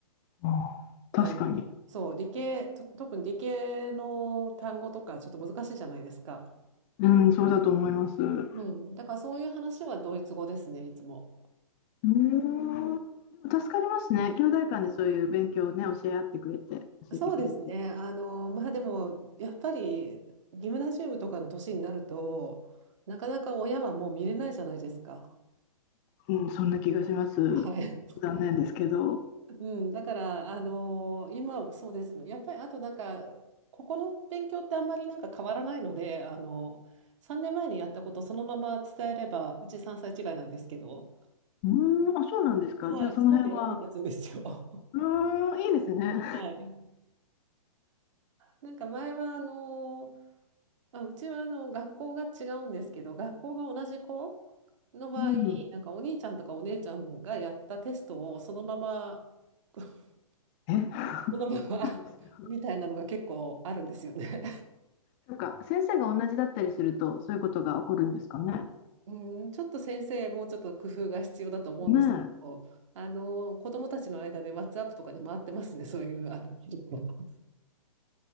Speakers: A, on the left; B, on the right.
A: あー確かに。
B: あのそう理系と特に理系の単語とかちょっと難しいじゃないですか。
A: うん、そうだと思います。う
B: うん、だからそういう話はドイツ語ですねいつも。
A: ーん。でも助かりますね。兄弟間でそういう勉強をね、教え合ってくれて、教えてくれて。
B: そうですね。あの、まあでも、やっぱり、ギムナジウムとかの年になると、なかなか親はもう見れないじゃないですか。
A: うん、そんな気がします。
B: はい。
A: 残念ですけど。
B: <laughs> うん、だから、あの今、そうですね。やっぱり、あとなんか、ここの勉強ってあんまりなんか変わらないので、あの、3年前にやったことそのまま伝えれば、うち3歳違いなんですけど、
A: うーん、あ、そうなんですか。
B: はい。
A: じゃあその辺は。
B: すごく役に立つんですよ。<laughs> は
A: うーん、いいですね。
B: い。なんか前はあのあ、うちはあの学校が違うんですけど、学校が同じ子の場合、
A: うん。
B: なんかお兄ちゃんとかお姉ちゃんがやったテストをそのまま、<laughs>
A: え、
B: そのまま
A: あるんですね。
B: <laughs> みたいなのが結構あるんですよね。
A: そうか、先生が同じだったりすると、そういうことが起こるんですかね。
B: <laughs> うん、ちょっと先生、もうちょっと工夫が必要だと思うんですけど、
A: ねえ、
B: あの子どもたちの間で WhatsApp とかで回ってますね、そういうあの記録が。<laughs>